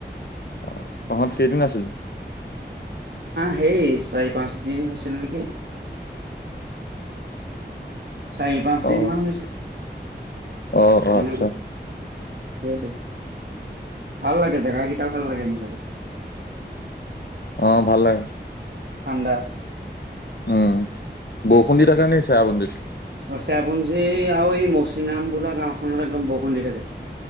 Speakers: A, on the left (about 60°); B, on the right (about 65°).
A: আহ তাহত কেইদিন আছিলি।
B: সেই চাৰি পাঁচ দিন হ হৈছে। ছিল নেকি। চাৰি পাঁচ দিন
A: আহ
B: মান হৈছিল
A: আহ
B: তেনেকুৱা
A: অ আচ্ছা।
B: সেইটো ভাল লাগে জোগাকেইটা ভাল লাগে মুঠতে
A: অ ভাল লাগে
B: ঠাণ্ডা
A: ওম বৰষুণ
B: সেই
A: দি থাকে নি চেৰাপুঞ্জি ত
B: অ চেৰাপুঞ্জী আৰু এই মৌচিনাৰাম বোলা গাওখনত একদম বৰষুন দি থাকে